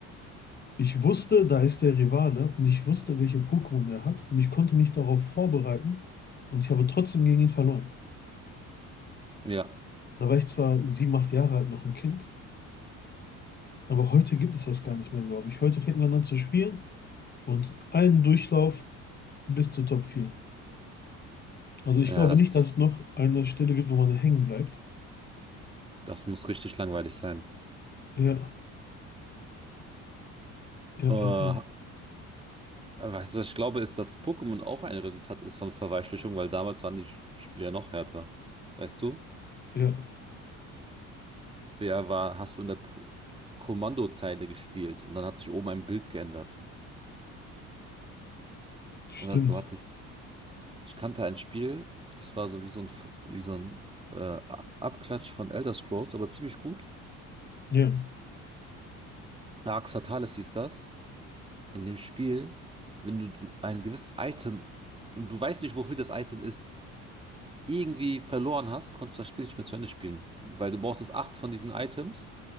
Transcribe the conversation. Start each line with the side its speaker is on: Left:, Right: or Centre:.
Left: ich wusste, da ist der Rivale und ich wusste, welche Pokémon er hat und ich konnte mich darauf vorbereiten und ich habe trotzdem gegen ihn verloren.
Right: Ja,
Left: Da war ich zwar sieben, acht Jahre alt, noch ein Kind, aber heute gibt es das gar nicht mehr, glaube ich. Heute fängt man an zu spielen und einen Durchlauf bis zu Top 4. Also ich
Right: ja,
Left: glaube
Right: das,
Left: nicht, dass es noch eine Stelle gibt, wo man hängen bleibt.
Right: das muss richtig langweilig sein.
Left: Ja, ja,
Right: Äh,
Left: ja, ja,
Right: weißt du, was ich glaube, ist, dass Pokémon auch ein Resultat ist von Verweichlichung, weil damals waren die Spiele ja noch härter. Weißt du?
Left: ja,
Right: Ja, war, hast du in der po Kommandozeile gespielt und dann hat sich oben ein Bild geändert.
Left: stimmt.
Right: Oder du hattest Ich kannte ein Spiel, das war so wie so ein, F- wie so ein äh, A- Abklatsch von Elder Scrolls, aber ziemlich gut.
Left: Ja.
Right: Arx Fatalis hieß das. In dem Spiel, wenn du so ein gewisses Item und du weißt nicht, wofür das Item ist, irgendwie verloren hast, konntest du das Spiel nicht mehr zu Ende spielen. Weil du brauchtest acht von diesen Items.